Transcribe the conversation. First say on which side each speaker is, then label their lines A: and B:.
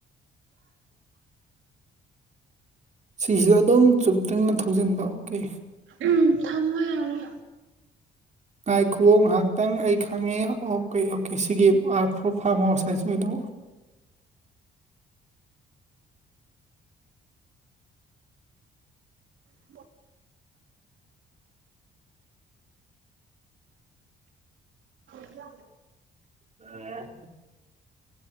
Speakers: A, on the right (about 35°); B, on the right (about 75°).
A: ꯁꯤꯁꯤꯁꯨ ꯑꯗꯨꯝ ꯆꯨꯝ ꯗꯔꯤꯡꯅꯥ ꯊꯧꯖꯤꯟꯕ ꯑꯣꯀꯦ
B: ꯎ ꯊꯝꯃꯦ ꯌꯥꯔꯦ
A: ꯉꯥꯏ ꯈꯨꯑꯦ ꯉꯥꯏꯍꯥꯛꯇꯪ ꯑꯩ ꯈꯪꯉꯦ ꯑꯣꯀꯦ ꯑꯣꯀꯦ ꯁꯤꯒꯤ ꯑꯥꯔ ꯐꯣꯔ ꯐꯥꯔꯝ ꯍꯥꯎꯁ ꯍꯥꯏꯁꯦ ꯑꯁꯤ ꯑꯣꯏꯗꯣꯏ ꯕꯥ
B: <inaudible> ꯄꯨꯖ
A: ꯎꯝ